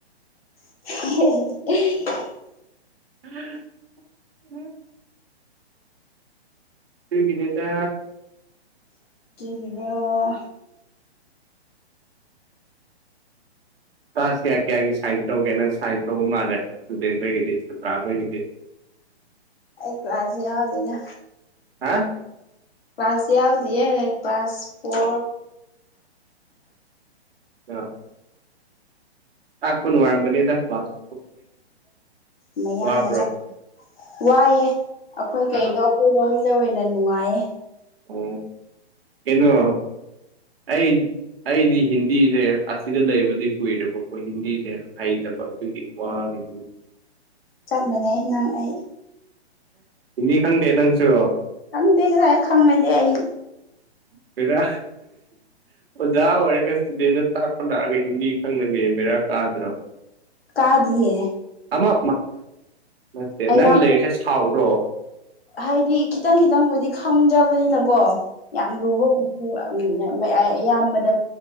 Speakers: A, on the left; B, on the right.
A: <unintelligible>
B: ꯎꯝ ꯎꯝ ꯁꯤꯒꯤꯅꯦꯇ
A: ꯔꯣ
B: ꯀ꯭ꯂꯥꯁ ꯀꯌꯥ ꯀꯌꯥꯒꯤ ꯁꯥꯏꯟꯁ ꯇꯧꯒꯦ ꯅꯪ ꯁꯥꯏꯟꯁ ꯇꯧꯕ ꯃꯥꯜꯂꯦ ꯏꯁꯇꯨꯗꯦꯟ ꯈꯣꯏꯒꯤꯗꯤ ꯁꯥꯇ꯭ꯔ ꯈꯣꯏꯒꯤꯗꯤ
A: ꯑꯩ ꯀ꯭ꯂꯥꯁ ꯌꯥꯗꯗ
B: ꯍꯥ
A: ꯀ꯭ꯂꯥꯁꯁꯤ ꯀ ꯀ꯭ꯂꯥꯁ ꯐ
B: ꯑ ꯇꯥꯥꯛꯄ ꯅꯨꯅꯨꯡ ꯋꯥꯔꯝꯝꯕꯅꯤ ꯗ ꯄꯥꯁ
A: ꯃꯌꯥꯝ
B: ꯋꯥꯕ꯭ꯔꯣ
A: ꯑꯃ ꯆ ꯋꯥꯏꯑꯦ ꯑꯩꯈꯣꯏ ꯀꯩꯅꯣ
B: ꯑꯥ
A: ꯑꯩꯈꯣꯏꯔꯣꯝꯗ ꯑꯣꯏꯅ ꯅꯨꯡꯉꯥꯏꯌꯦ
B: ꯑꯣ ꯀꯩꯅꯣ ꯑꯩ ꯑꯩꯗꯤ ꯍꯤꯟꯗꯤꯁꯦ ꯑꯁꯤꯗ ꯂꯩꯕꯗꯤ ꯀꯨꯏꯔꯦꯕꯀꯣꯏ ꯍꯤꯟꯗꯤꯁꯦ ꯍꯩꯇꯕ ꯑꯗꯨꯒꯤ ꯋꯥ ꯎꯝ
A: ꯆꯞ ꯃꯥꯟꯅꯦꯩ ꯅꯪ ꯑꯩ
B: ꯅꯤ ꯈꯪꯗꯦ ꯅꯪꯁꯨ
A: ꯈꯪꯗꯦ ꯀꯗꯥꯥꯏ ꯈꯪꯉꯁꯦ ꯑꯩ
B: ꯐꯔꯪ ꯌꯥꯔ ꯀꯩꯁ ꯁꯤꯗꯅ ꯇꯥꯛꯄ ꯂꯥꯛꯑꯒ ꯍꯤꯟꯗꯤ ꯈꯪꯅꯕꯤꯔ ꯕꯦꯔꯥ ꯀꯥꯗ꯭ꯔꯣ
A: ꯀꯥꯗꯤꯌꯦ
B: ꯑꯃ ꯅꯠꯇꯦ
A: ꯑꯌꯥꯝꯕ
B: ꯅꯪ ꯂꯩꯔꯤꯁꯦ ꯁꯥꯎꯔꯣ
A: ꯍꯥꯏꯗꯤ ꯈꯤꯇꯪ ꯈꯤꯇꯪꯕꯨꯗꯤ ꯈꯪꯖꯕꯅꯤꯅꯀꯣ ꯌꯥꯝ ꯂꯨꯕ ꯑꯣꯏ ꯎꯝ ꯑꯌꯥꯝꯕꯗ